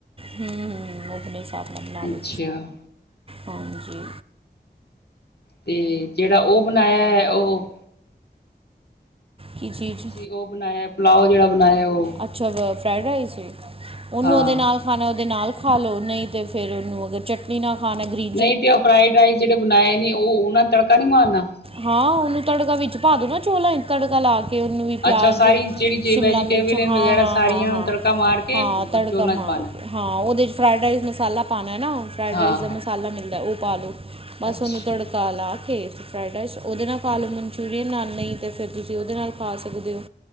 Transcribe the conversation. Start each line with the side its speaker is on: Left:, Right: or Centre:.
Right: ਹੂੰ-ਹੂੰ, ਉਹ ਆਪਣੇ ਹਿਸਾਬ ਨਾਲ ਬਣਾ ਲੋ,
Left: ਅੱਛਾ
Right: ਹਾਂਜੀ।
Left: ਤੇ ਜਿਹੜਾ ਉਹ ਬਣਾਇਆ ਹੈ ਉਹ
Right: ਕੀ ਚੀਜ਼
Left: ਜੀ, ਉਹ ਬਣਾਇਆ ਪੁਲਾਓ ਜਿਹੜਾ ਬਣਾਇਆ ਉਹ।
Right: ਅੱਛਾ ਫਰਾਈਡ ਰਾਈਸ ਉਹਨੂੰ
Left: ਹਾਂ
Right: ਉਹਦੇ ਨਾਲ਼। ਖਾਣਾਂ ਉਹਦੇ ਨਾਲ਼ ਖਾਂ ਲਓ ਨਹੀਂ ਤੇ ਫ਼ਿਰ ਉਹਨੂੰ ਅਗਰ ਚਟ। ਪੀਨਾ ਖਾਣਾਂ ਗਰੀ।
Left: ਨਹੀਂ ਤੇ ਉਹ ਫਰਾਈਡ ਰਾਈਸ ਜਿਹੜੇ ਬਣਾਏ ਨੇਂ ਉਹ ਉਹਨਾਂ ਨੂੰ ਤੜਕਾ ਨੀਂ ਮਾਰਨਾਂ?
Right: ਹਾਂ ਉਹਨੂੰ ਤੜਕਾ ਵਿੱਚ ਪਾ ਦੋ ਨਾ ਚੋਲਾਂ ਚ ਤੜਕਾ ਲਾ ਕੇ। ਕੇ ਉਹਨੂੰ ਵੀ ਪਿਆਜ਼
Left: ਅੱਛਾ ਉਹ ਸਾਰੀ ਜਿਹੜੀ ਜੇ
Right: ਸ਼ਿਮਲਾ
Left: ਵੈਜੀਟੇਬਲ
Right: ਮਰਚ ਹਾਂ-
Left: ਵਗੈਰਾ
Right: ਹਾਂ
Left: ਸਾਰੀਆਂ
Right: -ਹਾਂ -ਹਾਂ-
Left: ਨੂੰ ਤੜਕਾ ਮਾਰ ਕੇ
Right: ਹਾਂ ਤੜਕਾ
Left: ਚੋਲਾਂ
Right: ਮਾਰ।
Left: ਚ ਪਾਣਾ
Right: ਹਾਂ ਉਹਦੇ 'ਚ ਫਰਾਈਡ ਰਾਈਸ ਮਸ਼ਾਲਾਂ ਪਾਣਾ ਨਾ ਫਰਾਈਡ
Left: ਹਾਂ
Right: ਰਾਈਸ
Left: ਹਾਂ
Right: ਦਾ ਮਸ਼ਾਲਾਂ ਮਿਲ਼ਦਾ ਉਹ ਪਾ ਲਓ। ਬਸ
Left: ਅੱਛਾ
Right: ਉਹਨੂੰ ਤੜਕਾ ਲਾ ਕੇ। ਫਰਾਈਡ ਰਾਈਸ ਉਹਦੇ ਨਾਲ਼ ਖਾ ਲਓ ਮਨਚੂਰੀਅਨ ਨਾਲ਼ ਨਹੀਂ ਤੇ ਫ਼ਿਰ ਤੁਸੀਂ ਉਹਦੇ ਨਾਲ਼ ਖਾਂ ਸਕਦੇ ਹੋ।